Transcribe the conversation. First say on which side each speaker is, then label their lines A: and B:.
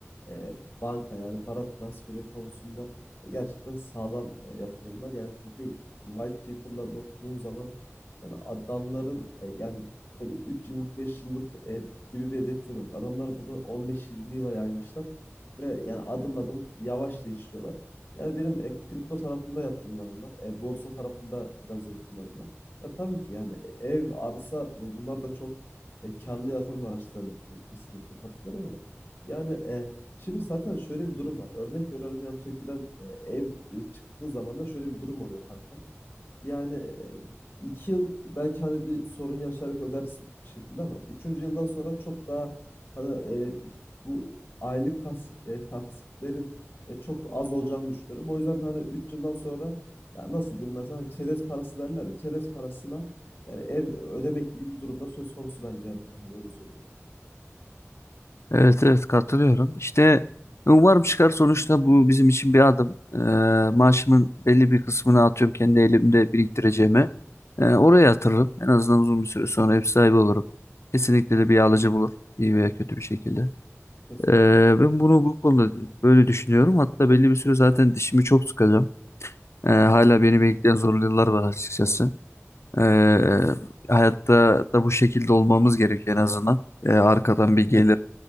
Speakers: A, on the left (about 45°); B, on the left (about 70°).
A: e, banka yani para transferi konusunda e, gerçekten sağlam e, yatırımlar. Yani çünkü white paper'larda okuduğun zaman yani adamların e, yani öyle 3 yıllık 5 yıllık e, gibi bir hedefleri yok. Adamlar bunu on beş yirmi yıla yaymışlar ve yani adım adım yavaş da işliyorlar. Yani benim e, kripto tarafında yatırımlarım var. E, borsa tarafında biraz yatırımlarım var. Ya tabii ki yani e, ev, arsa bu- bunlar da çok e, karlı yatırım araçları. E, kesinlikle katılıyorum ama yani e, şimdi zaten şöyle bir durum var. Örnek veriyorum yani TOKİ'den e, ev e, çıktığı zaman da şöyle bir durum oluyor kanka. Yani e, iki yıl belki hani bir sorun yaşayarak ödersin bir şekilde ama üçüncü yıldan sonra çok daha hani e, bu aylık tas, e, taksitlerin e, çok az olacağını düşünüyorum. O yüzden de hani üç yıldan sonra ya nasıl diyeyim ben sana hani çerez parası derler ya çerez parasına yani ev ödemek gibi bir durumda söz konusu bence yani kanka böyle söyleyeyim yani.
B: Evet evet katılıyorum. İşte e, umarım çıkar sonuçta bu bizim için bir adım. Ee, maaşımın belli bir kısmını atıyorum kendi elimde biriktireceğime. Ee, oraya yatırırım. En azından uzun bir süre sonra ev sahibi olurum. Kesinlikle de bir alıcı bulur. iyi veya kötü bir şekilde.
A: Kesinlikle.
B: Ee, ben bunu bu konuda böyle düşünüyorum. Hatta belli bir süre zaten dişimi çok sıkacağım. Ee, hala beni bekleyen zorlu yıllar var açıkçası. Ee, e, hayatta da bu şekilde olmamız gerekiyor en azından. Ee, arkadan bir gelir